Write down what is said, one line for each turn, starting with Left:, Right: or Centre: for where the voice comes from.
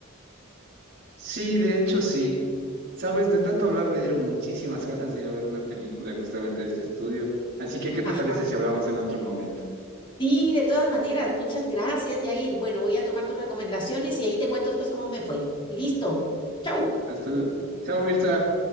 Right: Sí, de hecho sí. Sabes, de tanto hablar me dieron muchísimas <laughs> ganas de ir a ver una película justamente de este estudio. Así que, ¿qué te
Left: Ajá.
Right: parece si hablamos en otro momento?
Left: Sí, de todas maneras, muchas gracias, Yair. Bueno, voy a tomar tus recomendaciones y ahí te cuento después cómo me fue. Listo. Chau.
Right: Hasta el... Chao, Mirza.